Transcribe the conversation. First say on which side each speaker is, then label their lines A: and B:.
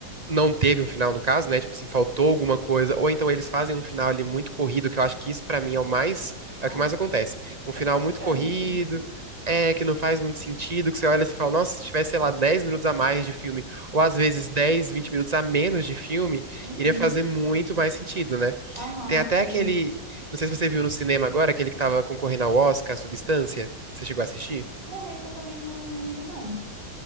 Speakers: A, on the right; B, on the right.
A: não teve um final, no caso, né? Tipo assim, faltou alguma coisa. Ou então eles fazem um final ali muito corrido, que eu acho que isso pra mim é o mais,
B: Nossa,
A: é o que mais acontece. Um
B: é
A: final
B: frustrante.
A: muito corrido, é, que não faz muito sentido, que você olha assim e fala, nossa, se tivesse, sei lá, 10 minutos a mais de filme, ou às vezes 10 20 minutos a menos de filme,
B: Uhum.
A: iria fazer muito mais sentido, né?
B: Aham,
A: Tem até
B: sim.
A: aquele, não sei se você viu no cinema agora, aquele que tava concorrendo ao Oscar, Substância. Você chegou a assistir?
B: Não, esse eu também não, não vi, não.